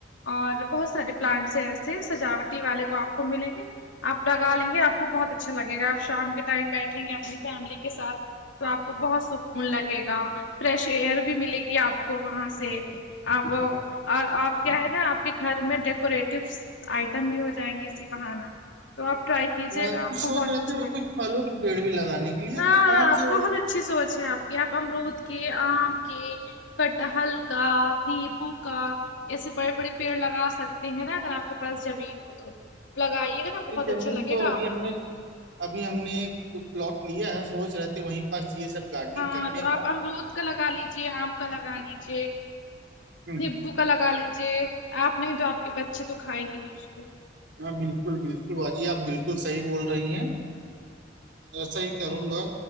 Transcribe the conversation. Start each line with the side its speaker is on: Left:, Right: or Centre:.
Left: اور بہت سارے پلانٹس ہیں ایسے سجاوٹی والے کو آپ کو ملیں گے آپ لگا لیں گے آپ کو بہت اچھا لگے گا آپ شام کے ٹائم بیٹھیں گے اپنی فیملی کے ساتھ تو آپ کو بہت سکون لگے گا فریش ایئر بھی ملے گی آپ کو وہاں سے وہ اور آپ کیا ہے نا آپ کے گھر میں ڈیکوریٹو آئٹم بھی ہو جائیں گے اسی بہانا تو آپ ٹرائی کیجیے
Right: آ،
Left: گا آپ
Right: کچھ
Left: کو
Right: سوچ
Left: بہت
Right: رہے
Left: اچھا
Right: تھے
Left: لگے
Right: وہ
Left: گا
Right: کچھ پھلوں کے پیڑ بھی لگانے کے لیے
Left: ہاں
Right: تو کون سے
Left: بہت اچا اچھی سوچ ہے آپ کی آپ امرود کے آم کے کٹا حلکا نیبو کا ایسے بڑے بڑے پیڑ لگا سکتے ہیں نا اگر آپ کے پاس زمین ہو تو لگائیے گا نا بہت
Right: نہیں زمین
Left: اچھا لگے
Right: تو
Left: گا
Right: ابھی
Left: آپ
Right: ہم
Left: کو
Right: نے ابھی ہم نے پلاٹ لیا ہے سوچ رہے تھے وہیں پاس یہ سب گارڈننگ
Left: ہاں
Right: کرنے
Left: تو
Right: کا
Left: آپ امرود کا لگا لیجے آم کا لگا لیجے
Right: ہوں،
Left: نبو کا لگا لیجے آپ نہیں تو آپ کے بچے تو کھائیں گے ہی اس کو
Right: ہاں بالکل بالکل بھاجی آپ بالکل صحیح بول رہی ہیں ایسا ہی کروں گا